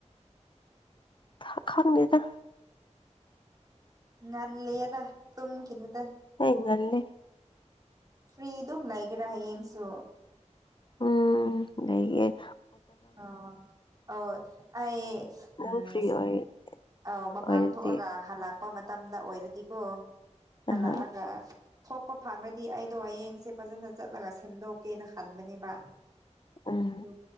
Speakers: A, on the left; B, on the right.
A: ꯍꯥ ꯈꯪꯗꯦꯗ꯫
B: ꯉꯟꯂꯤꯌꯦꯗ ꯇꯨꯝꯈꯤꯅꯨꯗ
A: ꯑꯩ ꯉꯜꯂꯦ
B: ꯐ꯭ꯔꯤ ꯗꯨꯝ ꯂꯩꯒꯦꯔꯥ ꯍꯌꯦꯡꯁꯨ
A: ꯎꯝ ꯗꯩꯒꯤ
B: ꯑ ꯑꯧ ꯑꯩ
A: ꯅꯪ
B: ꯎꯝ
A: ꯐ꯭ꯔꯤ ꯑꯣꯏ
B: ꯑꯧ ꯃꯄꯥꯟ
A: ꯑꯣꯏꯔꯗꯤ
B: ꯊꯣꯛꯑꯒ ꯍꯜꯂꯛꯄ ꯇꯝꯗ ꯑꯣꯏꯔꯗꯤꯀꯣ ꯍꯜꯂꯛꯑꯒ
A: ꯑꯍ
B: ꯊꯣꯛꯄ ꯐꯪꯔꯗꯤ ꯑꯩꯗꯣ ꯍꯌꯦꯡꯁꯦ ꯐꯖꯅ ꯆꯠꯂꯒ ꯁꯦꯝꯗꯣꯛꯀꯦꯅ ꯈꯟꯕꯅꯦꯕ
A: ꯎꯝ
B: ꯑꯗꯨ